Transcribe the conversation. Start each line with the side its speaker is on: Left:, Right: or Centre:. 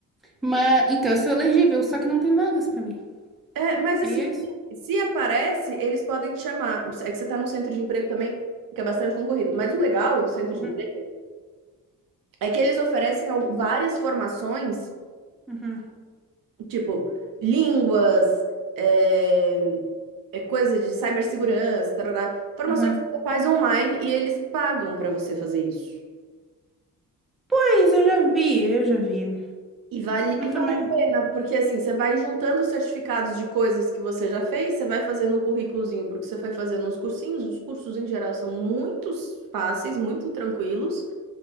Centre: Mas então eu sou elegível, só que não tem vagas pra mim.
Right: É, mas
Centre: E
Right: assim,
Centre: é isso.
Right: se aparece, eles podem te chamar. É que você tá num centro de emprego também, que é bastante concorrido. Mas o legal do centro
Centre: Uhum,
Right: de emprego é que eles oferecem al- várias formações.
Centre: uhum,
Right: Tipo, línguas, é, é coisa de cibersegurança, tarará, formações
Centre: uhum.
Right: que você faz online e eles pagam para você fazer isso.
Centre: Pois, eu já vi, eu já vi.
Right: E vale,
Centre: Eu
Right: e
Centre: também.
Right: vale a pena, porque assim, você vai juntando certificados de coisas que você já fez, você vai fazendo um currículozinho, porque você foi fazendo uns cursinhos, os cursos em geral são muito fáceis, muito tranquilos,